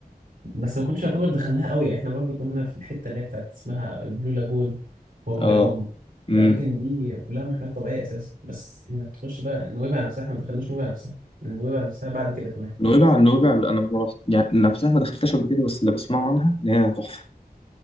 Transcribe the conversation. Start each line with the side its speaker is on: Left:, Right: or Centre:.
Right: بس ما كناش يعتبر دخلناها قوي احنا برضو كنا في الحته اللي هي بتاعت اسمها البلو لاجون وابو
Left: اه
Right: جالوم
Left: امم
Right: الاماكن دي كلها محميات طبيعيه اساسا بس انك تخش بقى نويبع نفسها احنا ما دخلناش نويبع نفسها نويبع نفسها بعد كده كمان
Left: نويبع نويبع انا ما رحت- يعني نفسها ما دخلتهاش قبل كده بس اللي بسمعه عنها ان هي تحفة